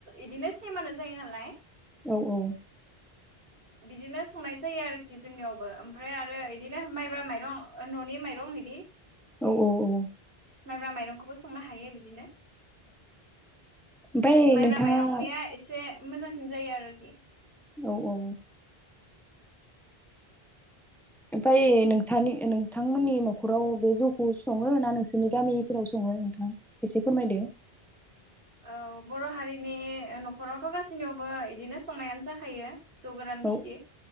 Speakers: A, on the right; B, in the centre.
A: इदिनो सेमानो जायो नालाय।
B: औ औ।
A: बिदिनो संनाय जायो आरोखि जोंनियावबो ओमफ्राय आरो इदिनो माइब्रा माइरं ओ न'नि माइरं इदि।
B: औ औ औ।
A: माइब्रा माइरंखौबो संनो हायो बिदिनो।
B: ओमफ्राय
A: माइब्रा
B: नोंथाङा
A: माइरंनिया
B: औ
A: एसे मोजांसिन जायो आरोखि।
B: औ औ। ओमफाय नोंथांनि नोंथांमोननि नख'राव बे जौखौ सङो ना नोंसोरनि गामिफोराव सङो नोंथां एसे फोरमायदो।
A: औ बर' हारिनि नखरावथ' गासैनियावबो इदिनो संनायानो जाखायो। जौ गोरान
B: औ
A: गिसि